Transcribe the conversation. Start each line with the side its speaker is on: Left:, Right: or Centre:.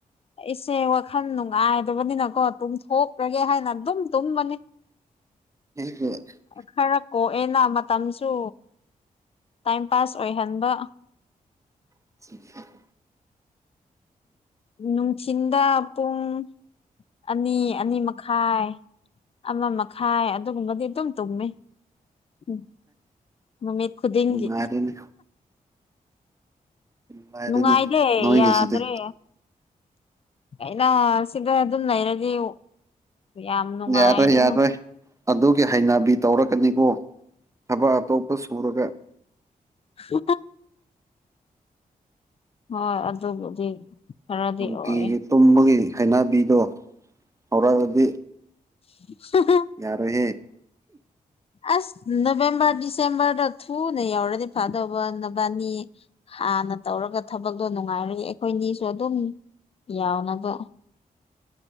Left: ꯑꯩꯁꯦ ꯋꯥꯈꯜ ꯅꯨꯡꯉꯥꯏꯗꯕꯅꯤꯅꯀꯣ ꯇꯨꯝꯊꯣꯛꯂꯒꯦ ꯍꯥꯏꯅ ꯑꯗꯨꯝ ꯇꯨꯝꯕꯅꯤ
Right: <unintelligible>
Left: ꯈꯔ ꯀꯣꯛꯑꯦꯅ ꯃꯇꯝꯁꯨ ꯇꯥꯏꯝ ꯄꯥꯁ ꯑꯣꯏꯍꯟꯕ
Right: <unintelligible>
Left: ꯅꯨꯡꯊꯤꯟꯗꯥ ꯄꯨꯡ ꯑꯅꯤ ꯑꯅꯤ ꯃꯈꯥꯏ ꯑꯃ ꯃꯈꯥꯏ ꯑꯗꯨꯒꯨꯝꯕꯗꯤ ꯑꯗꯨꯝ ꯇꯨꯝꯃꯤ ꯎꯝ ꯅꯨꯃꯤꯠ ꯈꯨꯗꯤꯡꯒꯤ
Right: ꯅꯨꯡꯉꯥꯏꯔꯦꯅꯦ ꯅꯨꯡꯉꯥꯏꯔꯦꯅꯦ
Left: ꯅꯨꯡꯉꯥꯏꯒꯦ
Right: ꯅꯣꯏꯒꯤꯁꯤꯗꯤ
Left: ꯌꯥꯗ꯭ꯔꯦ ꯑꯩꯅ ꯁꯤꯗ ꯑꯗꯨꯝ ꯂꯩꯔꯗꯤ ꯌꯥꯝ ꯅꯨꯡꯉꯥꯏꯔꯦꯅ
Right: ꯌꯥꯔꯣꯏ ꯌꯥꯔꯣꯏ ꯑꯗꯨꯒꯤ ꯍꯩꯅꯕꯤ ꯇꯧꯔꯛꯀꯅꯤꯀꯣ ꯊꯕꯛ ꯑꯇꯣꯞꯄ ꯁꯨꯔꯒ
Left: <unintelligible> ꯍꯣꯏ ꯑꯗꯨꯕꯨꯗꯤ ꯈꯔꯗꯤ
Right: ꯅꯨꯡꯇꯤꯒꯤ
Left: ꯑꯣꯏ
Right: ꯇꯨꯝꯕꯒꯤ ꯍꯩꯅꯕꯤꯗꯣ ꯍꯧꯔꯛꯑꯗꯤ
Left: <unintelligible>
Right: ꯌꯥꯔꯣꯏꯍꯦ
Left: ꯑꯁ ꯅꯕꯦꯝꯕ꯭ꯔ ꯗꯤꯁꯦꯝꯕ꯭ꯔꯗ ꯊꯨꯅ ꯌꯧꯔꯗꯤ ꯐꯥꯗꯧꯕ ꯅꯕꯥꯅꯤ ꯍꯥꯟꯅ ꯇꯧꯔꯒ ꯊꯕꯛꯇꯣ ꯅꯨꯡꯉꯥꯏꯔꯗꯤ ꯑꯩꯈꯣꯏꯅꯤꯁꯨ ꯑꯗꯨꯝ ꯌꯥꯎꯅꯕ